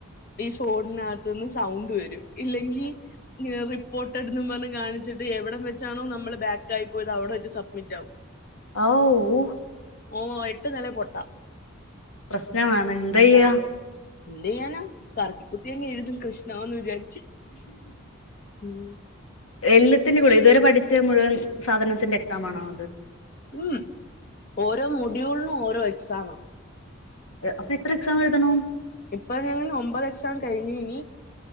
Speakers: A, on the left (about 45°); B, on the left (about 80°).
A: ഈ ഫോണിനകത്തുന്ന് സൗണ്ട് വരും ഇല്ലെങ്കിൽ റിപ്പോർട്ടട് ന്ന് പറഞ് കാണിച്ചിട്ട് എവിടെ വെച്ചാണോ നമ്മള് ബാക്ടായ് പോയത് അവിടെ വെച്ച് സബ്മിറ്റ് ആവും
B: ആ വോ ഹോ
A: ഓ എട്ട് നില പൊട്ടാം
B: പ്രശ്നമാണ് ചെയ്യാ
A: അത് എന്ത് ചെയ്യാനാ കറക്കിക്കുത്തി അങ്ങെഴുതും കൃഷ്ണന്ന് വിചാരിച്ച് ഉം
B: എല്ലത്തിന്റെ കൂടി ഇതുവരെ പഠിച്ച മുഴുവൻ സാധനത്തിന്റെ എക്സാം ആണോ അത്
A: ഉം ഓരോ മോടുള്ണും ഓരോ എക്സാംമാ
B: അപ്പൊ എത്ര എക്സാം എഴുതണം
A: ഇപ്പൊ ഞങ്ങൾ ഒമ്പത് എക്സാം കഴിഞ്ഞു ഇനി